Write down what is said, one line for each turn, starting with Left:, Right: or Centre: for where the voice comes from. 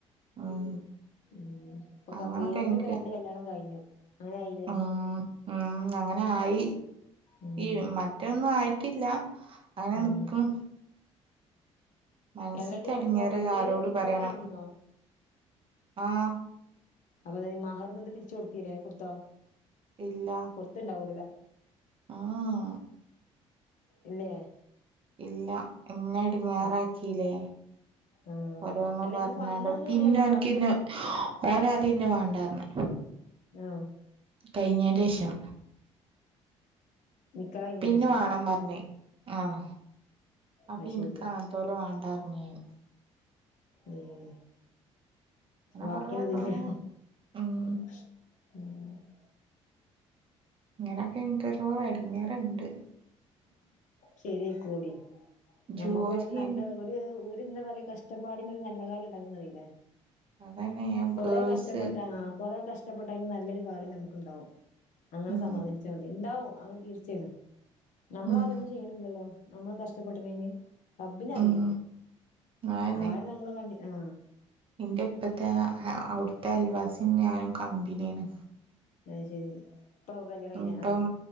Right: ഉം.
Left: ഉം ഇപ്പൊ
Right: അങ്ങനൊക്കെ
Left: പേരിന്
Right: ഇൻക്ക്
Left: ഇപ്പൊ രണ്ട് കല്യാണം കഴിഞ്ഞു. അങ്ങനെ ആയിലെ.
Right: ഉം ഉം അങ്ങനെ ആയി.
Left: ഉം.
Right: ഈ മറ്റൊന്നും ആയിട്ടില്ല. അങ്ങനെ
Left: ഉം.
Right: നിക്ക്ണ് മനസ്സ്ത്തെ
Left: എല്ലടി
Right: എടങ്ങേറ്
Left: അപ്പൊ മറ്റേനെ
Right: ആരോട്
Left: നിക്കാഹ്
Right: പറയണം
Left: കഴിഞ്ഞീന്നോ.
Right: ആഹ്.
Left: അപ്പൊ പിന്നെ മഹർ ഇന്നട്ട് തിരിച്ചു കൊടുത്തീല്ലെ. കൊടുത്തൊ
Right: ഇല്ല
Left: കൊട്ത്തീണ്ടാവൂലലെ.
Right: ഉം ഉം
Left: ഇല്ലെ.
Right: ഇല്ല ഇന്നെ എട്ങ്ങേറാക്കീലെ.
Left: അപ് ആഹ്
Right: ഓരോന്ന്
Left: അല്ല
Right: പറഞ്ഞാണ്ട്.
Left: ഇങ്ങട്ട് വന്നൊന്നുംല്ലല്ലോ
Right: പിന്നെ ഓൻക്കിന്നെ
Left: വന്ന്
Right: ഓനാദ്യം ഇന്നെ വാണ്ടാർ ഞ്ഞ്.
Left: ഉം.
Right: കഴിഞ്ഞേന്റേഷം.
Left: നിക്കാഹ് കഴിഞ്ഞേന്
Right: പിന്നെ
Left: ശേഷം
Right: വാണം പറഞ്ഞ്. ആഹ്. അപ്പൊ
Left: അത്
Right: ഇൻക്ക്
Left: ശരി
Right: അങ്ങൻത്തോലെ വാണ്ടാറ്ഞ്ഞ് ഞാൻ.
Left: ഉം
Right: അങ്ങനെ
Left: വാക്കിനെതിരെ.
Right: കൊറേ കൊറേ ഉം
Left: ഉം
Right: ഇങ്ങനൊക്കെ ഇൻക്കൊരു എടങ്ങാറ് ഇണ്ട്.
Left: ശെരി ആയിക്കോളു എടി.
Right: ജോലി
Left: നമ്മുക്ക് ഒരു നല്ല ഓരു ഇന്നെ പറിം. കഷ്ടപ്പാടിന് ഒരു നല്ല കാലണ്ടാകുന്നറിലെ.
Right: അതന്നെ ഞാൻ
Left: കൊറേ
Right: ഗേൾസ്
Left: കഷ്ടപ്പെട്ട. ആ കൊറെ കഷ് കഷ്ടപ്പെട്ടാലും നല്ലൊരു കാലം നമുക്കുണ്ടാവും. അങ്ങനെ
Right: ഉം
Left: സമാദാനിച്ചാൽ മതി. ഇണ്ടാവും അങ്ങനെ തീർച്ചയാണ്. നമ്മളെ
Right: ഉം
Left: ആര് ഒന്നും ചെയ്യ്ണില്ലല്ലോ. നമ്മള് കഷ്ടപ്പെട്ണേന്. റബ്ബിനറീലെ.
Right: ഉം അതന്നെ
Left: ആര് നമ്മള് കണ്ട് ആ.
Right: ഇന്റെ ഇപ്പത്തെ അവിടുത്തെ അൽവാസിയും, ഞാനും കമ്പിനി ആണ്.
Left: അഹ് ശെരി ഇപ്പൊ കല്യാണം കഴിഞ്ഞ
Right: ഇപ്പം